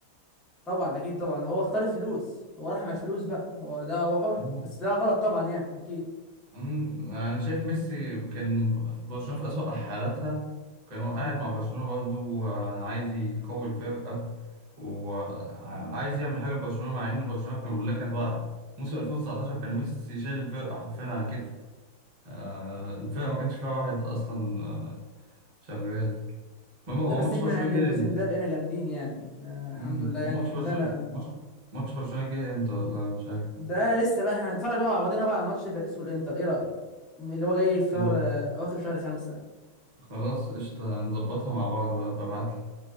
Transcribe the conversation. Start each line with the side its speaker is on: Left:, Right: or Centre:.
Centre: طبعا اكيد طبعا هو اختار الفلوس هو راح مع الفلوس بقى هو ده هو حر
Right: احسن
Centre: بس ده غلط طبعا يعني اكيد
Right: أمم، انا شايف ميسي كان في برشلونه في اسوأ حالاتها كان هو قاعد
Centre: امم
Right: مع برشلونه برضه وعايز يقوي الفرقه وعايز يعمل حاجه لبرشلونه مع ان برشلونه كان كلها كانت واقعه موسم 2019 كان ميسي شايل الفرقه حرفيا على كتفه آه، الفرقه ما كانش فيها واحد اصلا آه، شغال المهم
Centre: ده
Right: هو
Centre: بس
Right: ماتش
Centre: احنا
Right: برشلونه
Centre: يعني
Right: جه
Centre: الموسم
Right: امتى؟
Centre: ده بقينا جامدين يعني احنا الحمد
Right: أمم،
Centre: لله يعني
Right: هو ماتش برشلونه
Centre: ده انا
Right: ماتش ماتش برشلونه جه امتى ولا مش عارف
Centre: ده لسه بقى احنا هنتفرج بقى مع بعضنا بقى على ماتش باريس والانتر ايه رايك اللي هو جاي في شهر
Right: هو-
Centre: آه، اواخر شهر خمسة
Right: خلاص قشطه نظبطها مع بعض بقى ببعتلي